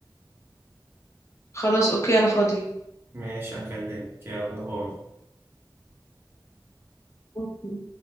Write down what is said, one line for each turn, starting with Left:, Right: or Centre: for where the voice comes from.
Left: خلاص اوكي انا فاضي
Right: ماشي هكلمك يلا باي
Left: أوكي.